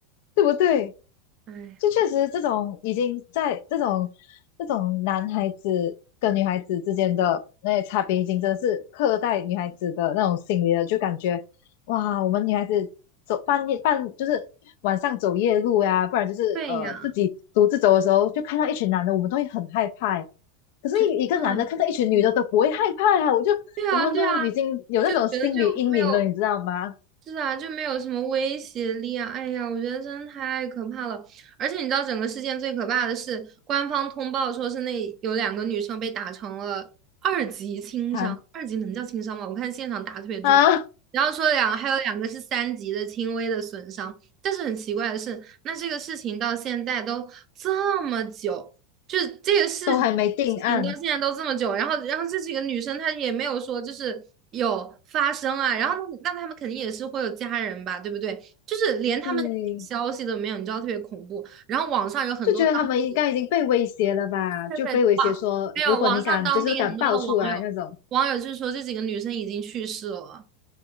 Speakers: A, on the left (about 65°); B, on the right (about 40°).
A: 对不对？
B: 哎呀，
A: 就确实这种已经在这种这种男孩子跟女孩子之间的那些差别，已经真的是刻在女孩子的那种心里了，就感觉哇，我们女孩子走半夜半就是晚上走夜路呀、不然就是呃自己独自走的时候，
B: 对呀，
A: 就看到一群男的，我们都会很害怕欸。可是一一个男的看到一群女的都不会害怕啊，
B: 真的，嗯
A: 我就我们都已经有那种心理阴影了，
B: 对啊，对啊对啊对啊哎呀对呀真的对啊对啊就觉得就没有。
A: 你知道吗？
B: 是啊，就没有什么威胁力啊！哎呀，我觉得真的太可怕了。而且你知道，整个事件最可怕的是，官方通报说是那有两个女生被打成了二级轻伤，
A: 看
B: 二级能叫轻伤吗？我看现场打特别重。
A: 啊，啊
B: 然后说两，还有两个是三级的轻微的损伤，但是很奇怪的是，那这个事情到现在都这么久，就是这个事事情到现在都这么久，
A: 都还没定案，
B: 然后然后这几个女生她也没有说就是有发生啊，然后那那他们肯定也是会有家人吧，对不对？就是连他们的消息都没有，
A: 对，
B: 你知道特别恐怖。然后网上有很多当地
A: 就觉得他们应该已经被威胁了吧？
B: 现在网没有网上当地很多的网友网友就是说这几个女生已经去世了，
A: 就被威胁说，如果你敢，就是敢爆出来那种